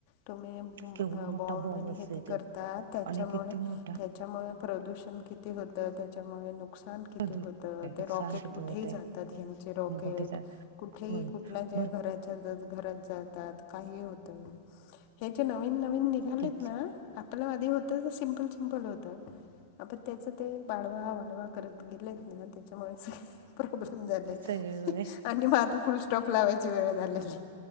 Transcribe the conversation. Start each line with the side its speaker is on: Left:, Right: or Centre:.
Left: तुम्ही
Right: केवढा मोठा
Left: बॉम्ब आणि
Right: असतोय
Left: हे ते करतात
Right: तो
Left: त्याच्यामुळे
Right: आणि किती मोठा
Left: त्याच्यामुळे प्रदूषण किती. किती होते त्याच्यामुळे नको. नुकसान किती
Right: प्रदूषण
Left: होत ते
Right: नुकसान
Left: रॉकेट
Right: किती
Left: कुठेही
Right: होतय
Left: जातात. ह्यांचे रॉकेट
Right: कुठे जा
Left: कुठेही
Right: होय
Left: कुठल्या ज्या
Right: भरपूर
Left: घरात जस घरात जातात काहीही होत हे जे नवीन नवीन निघालेत
Right: त्याची
Left: ना आपल आधी होत ते सिंम्पल सिंम्पल होत. त्याच ते बाळवा वाढवा परत गेलेत ना त्याच्या मुळेच सगळे प्रॉब्लेम झालेत.
Right: सगळे होय
Left: आणि माझ फुल स्टॉप लावायची वेळ झालेली